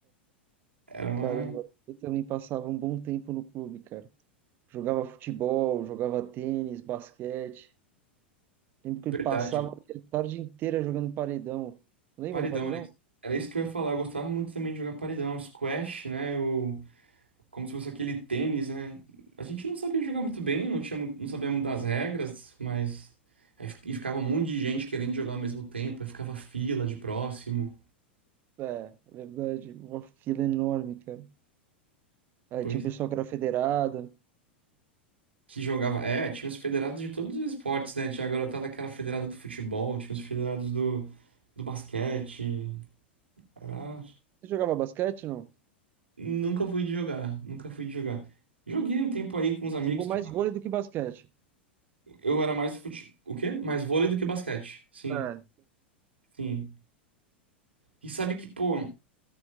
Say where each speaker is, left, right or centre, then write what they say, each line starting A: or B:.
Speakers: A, on the right; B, on the right.
A: Era uma
B: caramba, eu também passava um bom tempo no clube, cara. Jogava futebol, jogava tênis, basquete. Lembro que
A: verdade.
B: eu passava a tarde inteira jogando paredão. Lembra
A: Paredão,
B: do paredão?
A: era Era isso que eu ia falar. Eu gostava muito também de jogar paredão, squash, né? Ou como se fosse aquele tênis, né? A gente não sabia jogar muito bem, não tinha, mu- não sabíamos das regras, mas aí fi- e ficava um monte de gente querendo jogar ao mesmo tempo, aí ficava fila de próximo.
B: É, verdade. Uma fila enorme, cara. Aí
A: Pois
B: tinha um pessoal que era federado.
A: que jogava. É, tinha os federados de todos os esportes, né? Tinha a garotada que era federada do futebol, tinha os federados do, do basquete. Era...
B: Você jogava basquete, não?
A: Nunca fui de jogar, nunca fui de jogar. Joguei um tempo aí com os amigos
B: Jogou
A: que
B: mais vôlei do que basquete.
A: Eu era mais fute... o quê? Mais vôlei do que basquete. Sim,
B: É.
A: sim. E sabe que, pô,